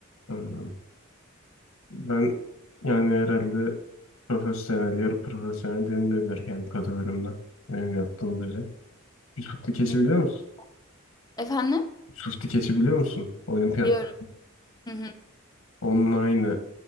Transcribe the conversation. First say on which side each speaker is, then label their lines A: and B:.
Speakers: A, on the left; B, on the left.
A: anladım. Ben yani herhalde profesyonel, yarı profesyonel denilebilir kendi kategorimde. Benim yaptığım düzey. Yusuf Dikeç'i
B: Ne kadar?
A: biliyor musun?
B: Efendim?
A: Yusuf Dikeç'i biliyor musun? Olimpiyatlar.
B: Diyorum. Hı hı.
A: Onunla aynı